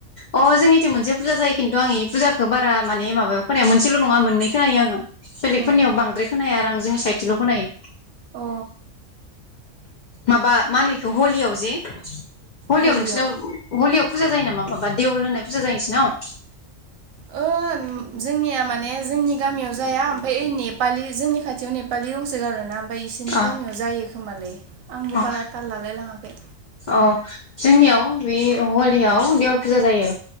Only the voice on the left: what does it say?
अ जोंनिथि मोनसे फुजा जायो खिन्थु आं इ फुजाखो बारा माने माबायाव खोनाया मोनसेल' नङा मोननै खोनायो आङो बेलेगफोरनियाव
बांद्राय खोनाया आरो आं जोंनि साइडथिल' खोनायो। <inaudible>
माबा मानोइखो हलियाव जे हलि
आव नोंसिनाव हलियाव फुजा जायो नामा माबा देवल होननाय फुजा जायो नोंसिनाव?
अ
अ
अ जोंनियाव बे हलियाव देवल फुजा जायो।